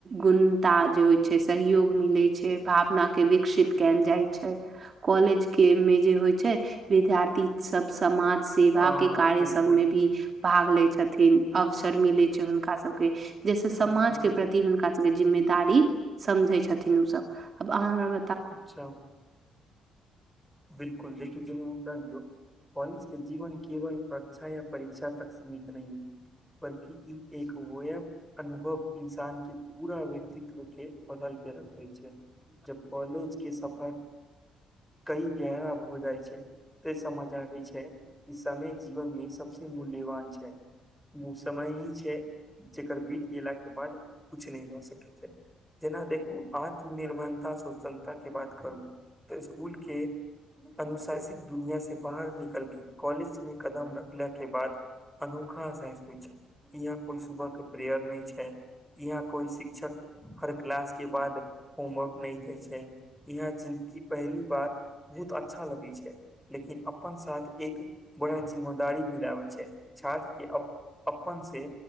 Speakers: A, on the right; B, in the centre.
A: गुंता जे होइ छै सहयोग मिलै छै, भावना के विकसित कयल जाइ छै कॉलेज के मे जे होइ छै, विद्यार्थी सब समाज सेवा
B: हँ
A: के कार्य
B: बिलकुल
A: सब में भी भाग लय छथिन। अवसर मिले छै हुनका के जैसे समाज
B: बिलकुल
A: के
B: बिलकुल
A: प्रति हुनका सबके जिम्मेदारी समझै छथिन ओ सब। आब अहाँ हम
B: अच्छा बिलकुल देखू <inaudible> कौलेज के जीवन केवल कक्षा या परीक्षा तक सीमित नहि बल्कि ई एक वोयब अनुभव इन्सान के पूरा व्यक्तित्व के बदल के रखय छै जब कॉलेज के सफर कही गहरा भऽ जाइ छै ते समझ आबे छै कि समय जीवन मे सबसे मूल्यवान छै ओ समय ही छै जकर बीत गेलाके बाद कुछ नहि भऽ सकैत छै जेना देखू आत्मनिर्भन्ता स समता के बात करू तऽ स्कुल के अनुशासित दुनिया से बाहर निकल के कॉलेज में कदम रखला के बाद अनोखा अहसास छै इहाँ कोइ सुभ के प्रेयर नहि छै इहाँ कोई शिक्षक हर क्लास के बाद होमवर्क नहि दै छै ए यहाँ जिनकी पहली बात बहुत अच्छा लगै छै लेकिन अपन साथ एक बड़ा जिम्मेदारी भी लाबे छै। छात्र के अब अप्पन से